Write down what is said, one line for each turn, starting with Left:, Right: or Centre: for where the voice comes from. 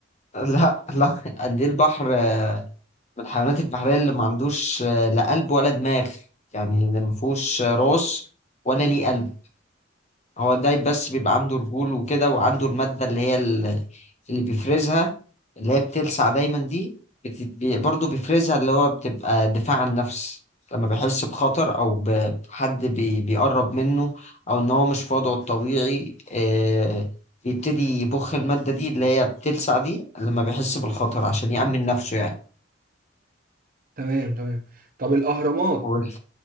Left: لا لا قد ايه البحر من الحيوانات البحرية اللي ما عندوش آه، لا قلب ولا دماغ يعني اللي ما فيهوش آه، راس ولا ليه قلب هو الدايب بس بيبقى عنده رجول وكده وعنده المادة اللي هي ال- اللي بيفرزها اللي هي بتلسع دايما دي بت- بي- برضه بيفرزها اللي هو بتبقى دفاع عن النفس لما بيحس بخطر أو ب- بحد بي- بيقرب منه أو إن هو مش في وضعه الطبيعي آه، بيبتدي يبخ المادة دي اللي هي بتلسع دي لما بيحس بالخطر عشان يأمن نفسه يعني
Right: تمام تمام طب الأهرامات
Left: قلت